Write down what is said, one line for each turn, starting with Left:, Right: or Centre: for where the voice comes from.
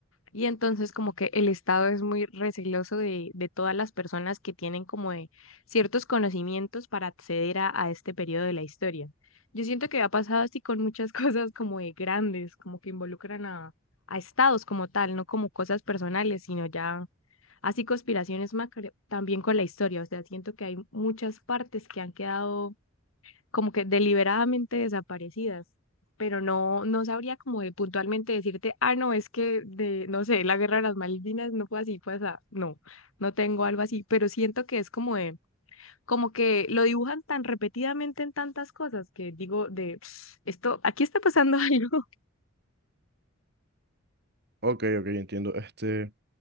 Left: Y entonces como que el Estado es muy receloso de, de todas las personas que tienen como de ciertos conocimientos para acceder a, a este periodo de la historia. Yo siento que ha pasado así con muchas <laughs> cosas como de grandes, como que involucran a, a estados como tal, no como cosas personales, sino ya así conspiraciones macro, también con la historia. O sea, siento que hay muchas partes que han quedado como que deliberadamente desaparecidas, pero no, no sabría como de puntualmente decirte, ah, no, es que de, no sé, la guerra de las Malvinas no fue así, fue así, no, no tengo algo así, pero siento que es como de, como que lo dibujan tan repetidamente en tantas cosas que digo de, "Ps, esto, aquí está pasando <laughs> algo,
Right: Ok, ok, entiendo. Este,